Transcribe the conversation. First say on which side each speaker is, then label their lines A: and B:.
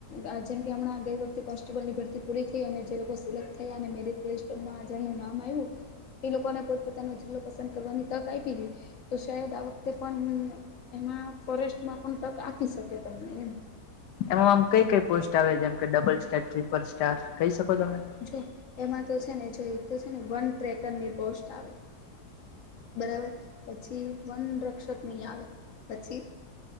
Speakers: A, on the left; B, on the left.
A: આ જેમ કે હમણાં ગઈ વખતે કોન્સ્ટેબલની ભરતી પૂરી થઈ અને જે લોકો સિલેક્ટ થયા અને મેરટ લિસ્ટમાં જેનું નામ આવ્યું એ લોકોને પોતપોતાનો જિલ્લો પસંદ કરવાની તક આયપી હે તો શાયદ આ વખતે પણ એમાં ફોરેસ્ટમાં પણ તક આપી શકે તમને એમ
B: એમાં આમ કઈ કઈ પોસ્ટ આવે જેમ કે ડબલ સ્ટાર ટ્રીિપલ સ્ટાર કહી શકો તમે.
A: જો એમાં તો છે ને જો એક તો છે ને વન ટ્રેકરની પોસ્ટ આવે. બરાબર પછી વન રક્ષક ની આવે પછી